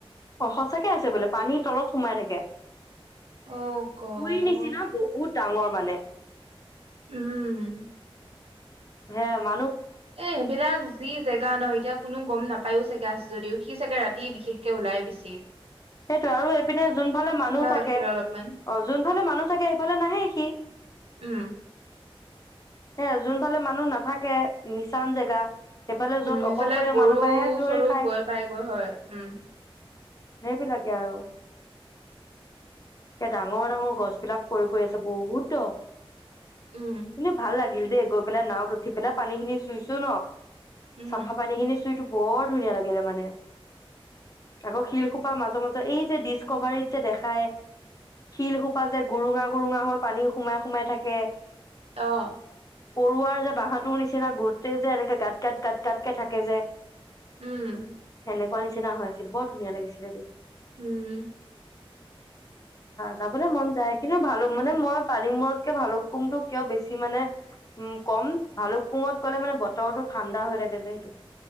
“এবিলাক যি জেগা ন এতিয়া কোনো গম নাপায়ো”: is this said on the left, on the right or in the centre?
Right